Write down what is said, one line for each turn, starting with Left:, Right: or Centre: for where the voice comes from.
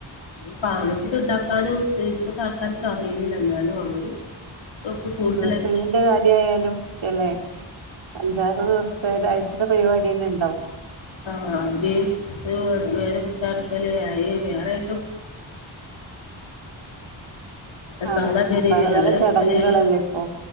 Left: അത് പാകത്തിന്ണ്ടാക്കാനും ഇപ്പത്തെ ആൾക്കാർക്ക് അറിയില്ല എന്നാലും അവര് ഒക്കെ
Right: ഉം
Left: കൂടുതലായിട്ട്
Right: ഡ്രെസ്സിങ്ങിന്റെ കാര്യയാലും ക്കെല്ലെ അഞ്ചാറ് ദിവസ പ്പൊ ഒരാഴ്ചത്തെ പരിവാട്യെന്നെണ്ടാവും
Left: ആഹ് <unintelligible> കൂട്ടായക്കല്ണ്ടാവും അത്
Right: ആഹ്
Left: കാണാൻ പേരല്ല
Right: പലതരം
Left: ഞങ്ങളെയൊക്കെ
Right: ചടങ്ങുകളല്ലേ
Left: പലേ
Right: ഇപ്പൊ